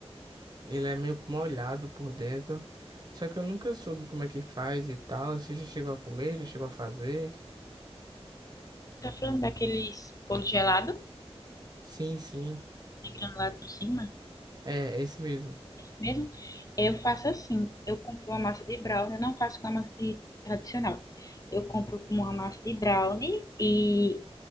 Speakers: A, on the right (about 40°); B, on the left (about 35°).
A: ele é meio que molhado por dentro. Só que eu nunca soube como é que faz e tal. Você já chegou a comer? Já chegou a fazer?
B: Tá falando daqueles bolo gelado,
A: Sim, sim.
B: né, granulado por cima
A: É, esse mesmo.
B: mesmo? Eu faço assim, eu compro uma massa de brownie, eu não faço com a massa de- tradicional. Eu compro com uma massa de brownie e